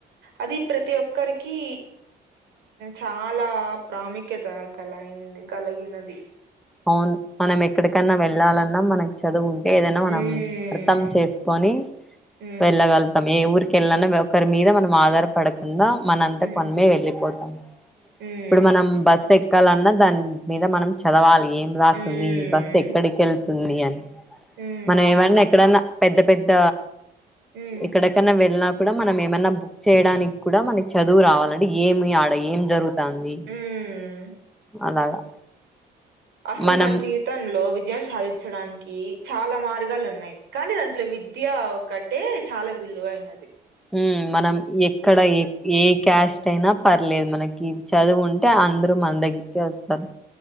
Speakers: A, on the right; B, in the centre.
A: అది ప్రతి ఒక్కరికి చాలా ప్రాముఖ్యత గల అయింది గలిగినది
B: అవును మనం ఎక్కడికన్నా వెళ్ళాలన్నా మనకు చదువు ఉం ఏదైనా మనం
A: ఉమ్
B: అర్థం చేసుకొని
A: ఉమ్
B: వెళ్ళగలుగుతాం ఏ ఊరి కెళ్ళనా ఒకరి మీద మనం ఆధారపడకుండా మనంతకు
A: ఉమ్
B: మనమే వెళ్ళిపోతాం
A: ఉమ్
B: ఇప్పుడు మనం బస్సు ఎక్కాలన్నా దాని మీద మనం చదవాలి ఏం రాస్తుంది
A: ఉమ్
B: ఈ బస్ ఎక్కడికి వెళ్తుంది అని
A: ఉమ్
B: మనం
A: అవును
B: ఏమన్నా ఎక్కడన్నా పెద్ద పెద్ద
A: ఉమ్
B: ఎక్కడకన్నా వెళ్ళిన కూడా మనం ఏమన్నా బుక్ చేయడానికి కూడా మనకి చదువు రావాలని ఏమి ఆడ ఏం జరుగు అత్తాంది
A: ఉమ్
B: అలాగా
A: అసల్
B: మనం
A: మన్ జీవితంలో విజయం సాధించడానికి చాలా మార్గాలున్నయి కానీ దాంట్లో విద్య ఒకటే చాలా విలువ అయినది
B: మ్ మనం ఎక్కడ ఎ ఏ క్యాస్ట్ అయినా పర్లేదు మనకి చదువు ఉంటే అందరూ మన దగ్గర్కే వస్తారు.